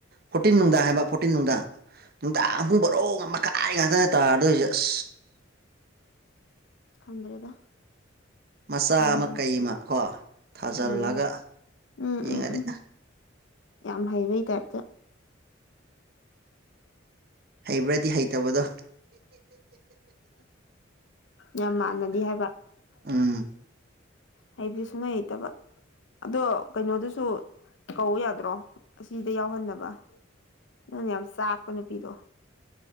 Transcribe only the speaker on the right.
ꯐꯣꯔꯇꯤꯟ ꯅꯨꯡꯗꯥꯡ ꯍꯥꯏꯕ ꯐꯣꯔꯇꯤꯟ ꯅꯨꯡꯗꯥ ꯅꯨꯡꯗꯥꯡ ꯑꯍꯨꯝ ꯕꯔꯣꯛ ꯑꯃ ꯃꯈꯀꯥꯏ ꯉꯥꯛꯇꯅ ꯇꯥꯔꯗꯣꯏꯁꯦ ꯑꯁ
ꯃꯆꯥ
ꯑꯃ ꯀꯩ ꯑꯃ ꯀꯣ ꯊꯥꯖꯤꯜꯂꯒ
ꯌꯦꯡꯉꯗ
ꯍꯩꯕ꯭ꯔꯗꯤ ꯍꯩꯇꯕꯗꯣ
ꯎꯝ